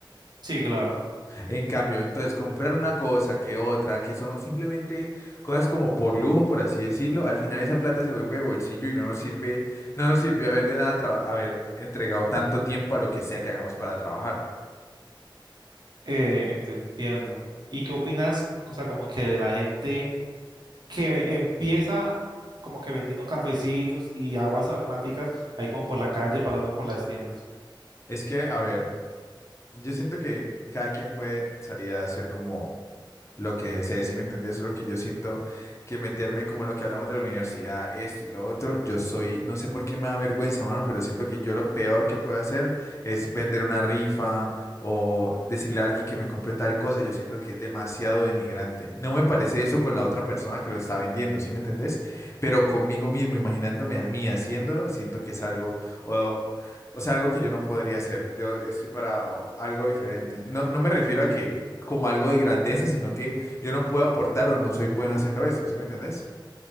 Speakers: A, on the right; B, on the left.
A: Sí, claro,
B: En cambio, entonces comprar una cosa que otra, que son simplemente cosas como por lujo, por así decirlo, al final esa plata se vuelve de bolsillo y no nos sirve, no nos sirvió haber de nada traba- haber entregado tanto tiempo a lo que sea que hagamos para trabajar.
A: eh, te entiendo. ¿Y qué opinas, o sea, como que de la gente que empieza como que vendiendo cafecitos y aguas aromáticas ahí como por la calle, pasando por las tiendas?
B: Es que, a ver, yo siento que cada quien puede salir a hacer como lo que se decía, ¿me entendés? Solo que yo siento que meterme como en lo que hablamos de la universidad, esto y lo otro, yo soy, no sé por qué me da vergüenza, mano, pero siento que yo lo peor que puedo hacer es vender una rifa o decirle a alguien que me compre tal cosa, yo siento que es demasiado denigrante. No me parece eso con la otra persona que lo está vendiendo, ¿sí me entendés? Pero conmigo mismo, imaginándome a mí haciéndolo, siento que es algo... O, o sea, algo que yo no podría hacer. Yo estoy para o, algo diferente. No, no me refiero a que como algo de grandeza, sino que yo no puedo aportar o no soy bueno haciendo eso, ¿sí me entendés?